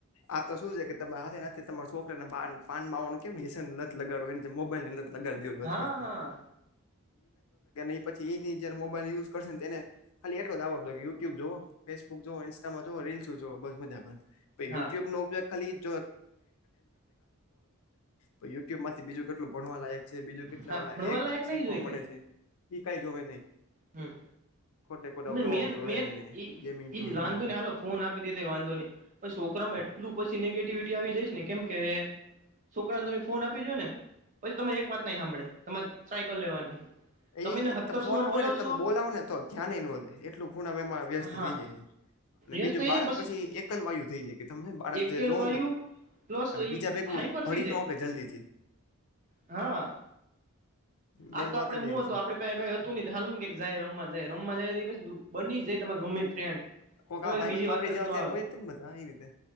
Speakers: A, on the left; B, on the right.
A: આ તો શું છે કે ત હથે તમારા છોકરાને પાન માવાનું કેમશેને લત લગાડો મોબાઈલ ને દી હોય
B: હા
A: અત્યાર
B: હા.
A: એ પછી એ જયારે મોબાઈલ યુઝ કરશે ને તેને ખા એલો આવડ હતો કે ુટ્યુબ જોુ ફેસુક જો ઇન્સ્ટામાં જોો રીલ્સ જો બસ મજા
B: હા
A: યુટ્યુબ ન ઉપયોગ ખાલી મે યુ થયુટ્યુબમાંથી બીજું કેટલ ભણવા લાગે બીજું કેટલા
B: હા
A: વાળા
B: ભણવા
A: એક
B: લાયક
A: શીખવા
B: નહી જોઈ
A: મળે
B: કઈ
A: છે એ કઈ જોવે નહી
B: હમ.
A: ખોટે ખોટા
B: મેન
A: બ્લોગ જો
B: મેન
A: હને
B: ઈ
A: ગેમિંગ જોવે
B: વાંધો
A: એવું બધું
B: ને હાલો ફોન આપી દીધ વાંધો ને પણ છોકરામાં
A: હા
B: એટલું પછી નેગેટિવિટી આવી જઈશ ને કેમ કે છોક ને તમે ફોન આપી દો ને પછી તમે એક વાત નાઈ સાંભળે તમારે સાયકલ લેવાની
A: એ
B: તમેને હત્તરસો
A: તમે ફોનમાં
B: વાર બોલાવશો
A: હોય ને તમે બોલાવો ને તો ધ્યાન નો દે એટલું ખૂણ એમાં વ્યસ્ત
B: હા
A: થઇ જાય છે અને
B: યસ
A: બીજું
B: થઈ
A: બાળક
B: જાય
A: પછી એક જ વાયુ થઈ જાય કે તમે બાળક
B: એકેલ
A: જે જોઓ
B: વાયુ
A: ને તો
B: પ્લસ
A: અને
B: એ
A: બીજા ભેગું
B: હાઈપર
A: ભળ
B: થઈ જાય
A: ન કે જલ્દી થી
B: હા
A: મેન
B: આ તો
A: વાત
B: આપડે
A: જ
B: હું
A: એ
B: હત
A: છે
B: હતો આપડે પ્યાં કાય હાલ ને જાય રમ જાય રમવા જાય પછી બની જાય ગમે ફ્રેન્ડ
A: કોક
B: એમાં
A: આ ભાઈ
B: બીજી
A: માપડી
B: વાત
A: જવા
B: જ ન
A: ત્યારે
B: આવે
A: હોય બધા એ રીતે